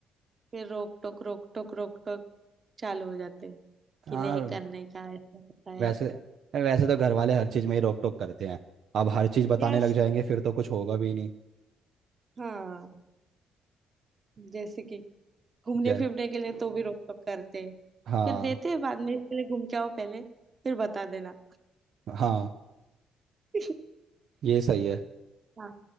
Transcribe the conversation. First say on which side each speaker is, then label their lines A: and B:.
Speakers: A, on the right; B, on the right.
A: फिर रोक टोक रोक टोक रोक टोक चालू हो जाते हैं
B: हाँ
A: कि नहीं करने का ऐसा होता
B: वैसे
A: है
B: वैसे तो घर वाले हर चीज़ में ही रोक टोक करते हैं अब हर चीज़ बताने
A: यस
B: लग जाएंगे फिर तो कुछ होगा भी नहीं
A: हाँ जैसे कि घूमने
B: जय
A: फिरने के लिए तो भी रोक टोक करते हैं
B: हाँ
A: फिर देते हैं बाद में इसके लिए घूम के आओ पहले फिर बता देना
B: हाँ
A: <laughs>
B: ये सही है
A: हाँ